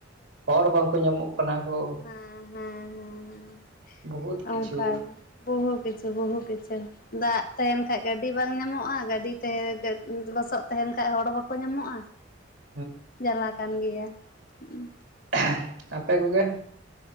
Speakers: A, on the right; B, on the left.
A: ᱦᱚᱨ ᱦᱚᱨ ᱠᱚ ᱧᱟᱢᱚᱜ ᱠᱟᱱᱟ᱾ ᱠᱚ
B: ᱦᱮᱸ ᱦᱮᱸ ᱦᱮᱸ
A: ᱵᱚᱦᱩᱛ ᱠᱤᱪᱷᱩ
B: ᱚᱱᱠᱟᱜᱮ᱾ ᱵᱩᱦᱩ ᱯᱤᱪᱪᱟᱹ ᱵᱩᱦᱩ ᱯᱤᱪᱪᱷᱟᱹ᱾ ᱫᱟᱜ ᱛᱟᱦᱮᱱ ᱠᱷᱟᱡ ᱜᱟᱹᱰᱤ ᱵᱟᱝ ᱧᱟᱢᱚᱜᱼᱟ ᱜᱟᱹᱰᱤ ᱛᱟᱦᱮᱸ <unintelligible> ᱞᱚᱥᱚᱫ ᱛᱟᱦᱮᱱ ᱠᱷᱟᱡ ᱦᱚᱲ ᱵᱟᱠᱚ ᱧᱟᱢᱚᱜᱼᱟ᱾
A: <inaudible>
B: ᱡᱟᱞᱟ ᱠᱟᱱ ᱜᱮᱭᱟ ᱦᱩᱸ
A: <unintelligible> ᱟᱯᱮ ᱠᱚᱜᱮ?